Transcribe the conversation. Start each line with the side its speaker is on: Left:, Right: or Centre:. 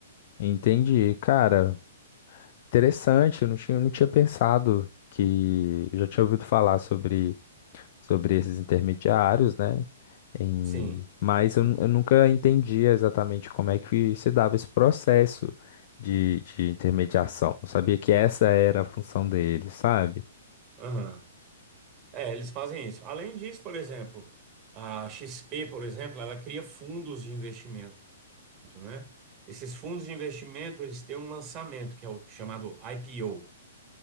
Left: Entendi. Cara, interessante. Eu não tinha, não tinha pensado que. Eu já tinha ouvido falar sobre, sobre esses intermediários, né? Em-
Right: Sim,
Left: Mas
Right: sim.
Left: eu, nu- eu nunca entendia exatamente como é que se dava esse processo de, de intermediação. Eu sabia que essa era a função deles, sabe?
Right: Aham. É, eles fazem isso. Além disso, por exemplo, a XP, por exemplo, ela cria fundos de investimento, né? Esses fundos de investimento, eles têm um lançamento, que é o chamado IPO,